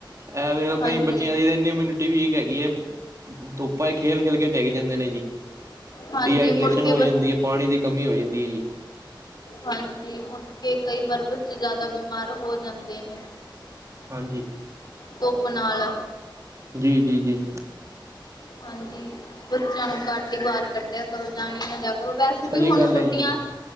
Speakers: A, on the right; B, on the left.
A: ਇਹ ਵੇਖੋ
B: ਹਾਂਜੀ
A: ਕਈ ਬੱਚਿਆਂ ਦੀ ਤਾਂ ਇਨੀ ਇਮਿਊਨਿਟੀ ਵੀਕ ਹੈਗੀ ਏ ਧੁੱਪਾਂ ਚ ਖੇਲ-ਖੇਲ ਕੇ ਡਿੱਗ ਜਾਂਦੇ ਨੇ ਜੀ।
B: ਹਾਂਜੀ
A: ਡੀਹਾਈਡ੍ਰੇਸ਼ਨ
B: ਮੁੜ ਕੇ
A: ਹੋ
B: ਬ
A: ਜਾਂਦੀ ਹੈ, ਪਾਣੀ ਦੀ ਕਮੀ ਹੋ ਜਾਂਦੀ ਹੈ ਜੀ।
B: ਹਾਂਜੀ ਮੁੜਕੇ ਕਈ ਵਾਰ ਬੱਚੇ ਜ਼ਿਆਦਾ ਬਿਮਾਰ ਹੋ ਜਾਂਦੇ ਨੇ,
A: ਹਾਂਜੀ
B: ਧੁੱਪ ਨਾਲ।
A: ਜੀ ਜੀ ਜੀ।
B: ਹਾਂਜੀ, ਬੱਚਿਆਂ ਨੂੰ ਘੱਟ ਹੀ ਬਾਹਰ ਕੱਢਿਆ ਕਰੋ ਜਾਣ ਹੀ ਨਾਂ ਦਿਆ ਕਰੋ, ਵੈਸੇ
A: ਸਹੀ
B: ਵੀ ਹੁਣ
A: ਗੱਲ
B: ਛੁੱਟੀਆਂ
A: ਹੈ ਜੀ